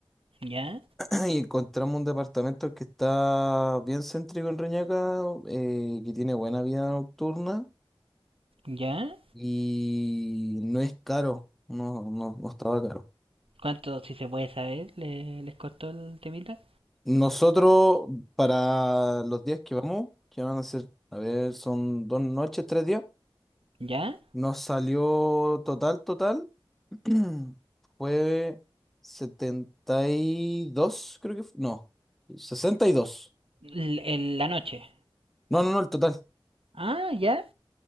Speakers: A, on the right; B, in the centre.
A: ¿Ya?
B: <clears throat> y encontramos un departamento que está bien céntrico en Reñaca, eh, que tiene buena vida nocturna
A: ¿Ya?
B: y no es caro, no, no, no estaba caro.
A: ¿Cuánto, si se puede saber, le- les costó el temita?
B: Nosotros, para los días que vamos, que van a ser, a ver, son dos noches, tres días,
A: ¿Ya?
B: nos salió total, total, <clears throat> fue 72 creo que fue, no, sesenta y dos
A: L- en la noche.
B: No, no, no, el total.
A: Ah, ya.